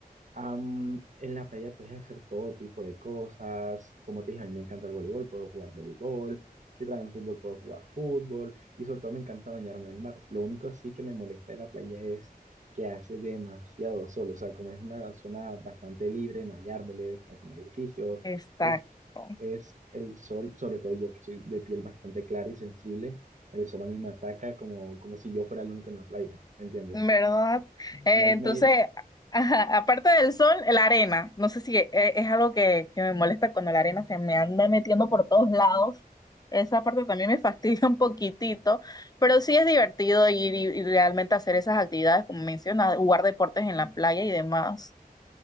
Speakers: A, on the right; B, on the left.
A: Am, en la playa puedes hacer todo tipo de cosas. Como te dije, a mí me encanta el voleibol, puedo jugar voleibol. Si traen fútbol, puedo jugar fútbol. Y sobre todo me encanta bañarme en el mar. Lo único sí que me molesta de la playa es que hace demasiado sol. O sea, como es una zona bastante libre, no hay árboles, casi no hay edificios.
B: Exacto.
A: Es, es el sol, sobre todo yo que soy de piel bastante clara y sensible, el sol a mí me ataca como, como si yo fuera el único en la playa. ¿Entiendes?
B: ¿Verdad? Eh,
A: Nadie,
B: entonces,
A: nadie-
B: ajá, aparte del sol, la arena. No sé si e- e- es, algo que, que me molesta cuando la arena se me anda metiendo por todos lados. Esa parte también me <laughs> fastidia un poquitito, pero sí es divertido ir y, y realmente hacer esas actividades, como mencionas, jugar deportes en la playa y demás.